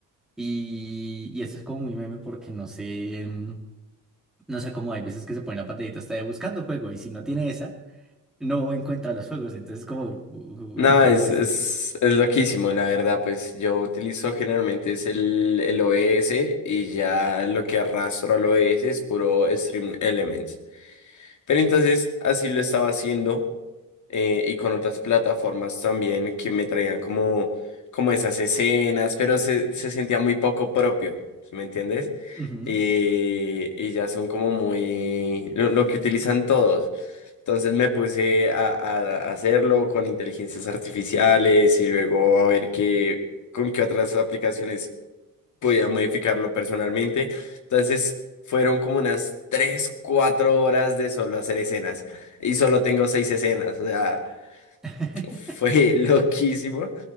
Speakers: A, in the centre; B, on the left (about 60°).
A: y, y esto es como muy meme porque no sé, mm, no sé cómo hay veces que se pone la pantallita hasta de buscando juego y si no tiene esa, no encuentra los juegos. Entonces, como, "Weón,
B: No,
A: ¿cómo
B: es,
A: hago esto?
B: es, es loquísimo, la verdad. Pues yo utilizo generalmente es el, el OBS y ya lo que arrastro al OBS es puro Stream Elements. Pero entonces así lo estaba haciendo eh, y con otras plataformas también que me traían como, como esas escenas, pero se, se sentía muy poco propio, ¿sí me entiendes?
A: Ujú.
B: Y, y ya son como muy lo lo que utilizan todos. Entonces me puse a, a hacerlo con inteligencias artificiales y luego a ver qué, con qué otras aplicaciones podía modificarlo personalmente. Entonces fueron como unas 3 4 horas de solo hacer escenas y solo tengo 6 escenas. O sea,
A: <laughs>
B: fue <laughs> loquísimo.